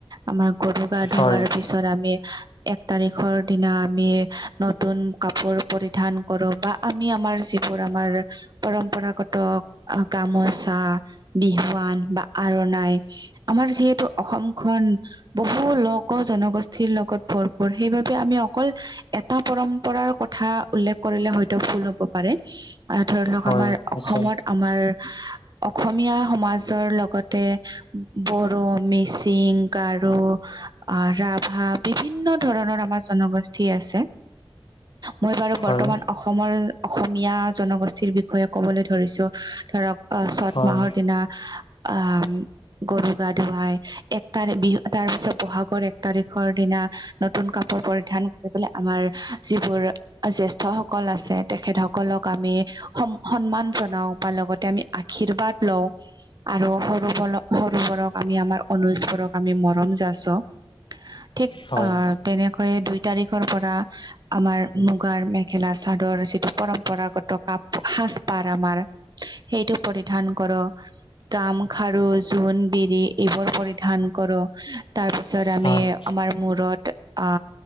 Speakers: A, on the right; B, on the left.
A: আমাৰ গৰু গা ধোৱাৰ
B: হয়
A: পিছত আমি এক তাৰিখৰ দিনা আমি নতুন কাপোৰ পৰিধান কৰো বা আমি, আমাৰ যিবোৰ আমাৰ পৰম্পৰাগত গামোচা, বিহুৱান বা আৰনাই আমাৰ যিহেতু অসমখন বহু লক অকল জনগোষ্ঠীৰ লগত ভৰপূৰ সেইবাবে আমি অকল এটা পৰম্পৰাৰ কথা উল্লেখ কৰিলে হয়তো ভুল হব পাৰে। আৰু ধৰি লওক
B: হয়
A: আমাৰ অসমত
B: নিশ্চয়
A: আমাৰ অসমীয়া সমাজৰ লগতে বড়ো, মিচিং, গাৰো আ, ৰাভা বিভিন্ন ধৰণৰ আমাৰ জনগোষ্ঠী আছে। মই বাৰু
B: হয়
A: বৰ্তমান অসমৰ অসমীয়া জনগোষ্ঠীৰ বিষয়ে ক'বলৈ ধৰিছো ধৰক অ' চত
B: হয়
A: মাহৰ দিনা আ গৰু গা ধুৱাই এক তাৰিখ বিহু তাৰ পিছত বহাগ <unintelligible> এক তাৰিখৰ দিনা নতুন কাপোৰ পৰিধান কৰিবলে আমাৰ যিবোৰ জ্যেষ্ঠ সকল আছে তেখেত সকলক আমি সন্মান জনাও বা লগতে আমি আশীৰ্বাদ লওঁ। আৰু সৰু সৰুবোৰক আমি আমাৰ অনুজ বোৰক আমি মৰম যাছোঁ। ঠিক
B: হয়
A: আ তেনেকৈয়ে দুই তাৰিখৰ পৰা আমাৰ মুগাৰ মেখেলা চাদৰ যিটো পৰম্পৰাগত সাজ <unintelligible> আমাৰ। সেইটো পৰিধান কৰো। গামখাৰু জোন বিৰি এইবোৰ পৰিধান কৰো তাৰ পিছত পিছত আমি
B: হয়
A: আমাৰ মূৰত আ